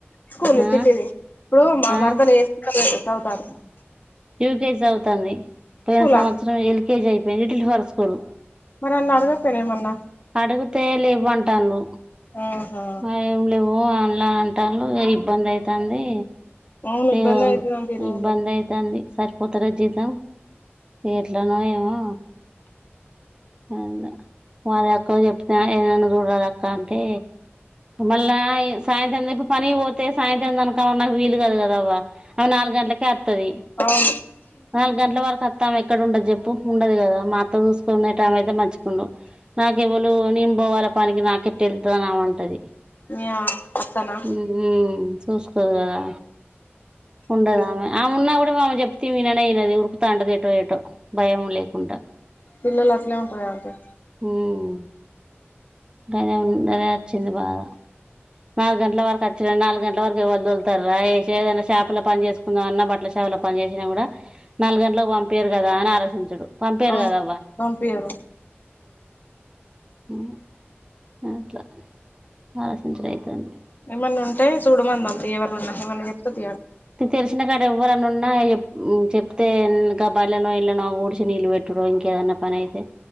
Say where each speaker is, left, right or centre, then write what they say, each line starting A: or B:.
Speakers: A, on the left; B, on the right.
A: స్కూల్
B: ఆ
A: చిట్టిది ఇప్పుడు మా
B: ఆ
A: మరదలు ఏ స్కూల్ సవుతంది
B: యుకేజి చవుతంది పోయిన సంవత్సరం
A: ఆంటీ
B: ఎల్కేజీ అయిపోయింది లిటిల్ ఫర్ స్కూల్
A: మరి అన్లా అడగపోయినవ ఏమన్నా
B: అడుగుతే లేవంటాళ్ళు
A: ఆహా
B: ఆ ఏం లేవ్ ఓ అన్లా అంటళ్ళు ఇబ్బంది అయితంది
A: అవును ఇబ్బంది
B: ఇగో
A: అయితది అంట ఈ రోజుల్లో
B: ఇబ్బంది అయితంది సరిపోతరే జీతం ఎట్లానో ఏమో ఏందో వాళ్ళ అక్కకు చెప్తే ఏదన్నా చూడరాదా అక్క అంటే మళ్ళా ఏ సాయంత్రం దేపు పనికిపోతే సాయంత్రం అనుకమన్నా వీలు కాదు కదా అవ్వ ఆమె నాలుగు గంటలకే అత్తది
A: అవును
B: నాలుగు గంటల వరకు అత్తే ఎక్కడ ఉంటది చెప్పు ఉండదు కదా మా అత్త చూసుకునేటమైతే మంచిగుండు నాకెవ్వాలు నేను బోవాల పనికి నాకెట్ట వెళ్తుదని ఆమెంటది
A: మీ అత్తనా
B: ఉమ్ మ్ చూసుకోదు కదా ఉండదు ఆమె ఆమె ఉన్నా కూడా ఆమె చెప్తే విననేఇనదు ఉరుకుతాంటాది ఏటో ఏటో భయము లేకుంటా
A: పిల్లలు అట్లే ఉంటారు ఆంటీ
B: హుమ్ కదా అదే వచ్చింది బాద నాలుగు గంటల వరకు అచ్చుడు నాలుగు గంటల వరకు ఎవలు తోలుతరా ఇషే ఏదైనా షాపు లో పని చేసుకుందం అన్న బట్టల షాపు లో పని చేసినా కూడా నాలుగంటల వ పంపియ్యారు కదా అని ఆలోచించడు పంపియ్యారు
A: అవును
B: కదా అవ్వ
A: పంపియ్యరు
B: ఊ అట్లా ఆలోచించుడు అయితంది
A: ఏమన్నా ఉంటే చూడమందం తీయ్ ఎవరినన్నా ఏమన్నా చెప్తతీయ్
B: తెలిసినా కాడ ఎవ్వరని ఉన్నా చెప్ చెప్తే ఇక బల్లనో ఇల్ళనో ఊడ్ చే నీళ్ళు పెట్టుడు ఇంకేదన్నా పని అయితే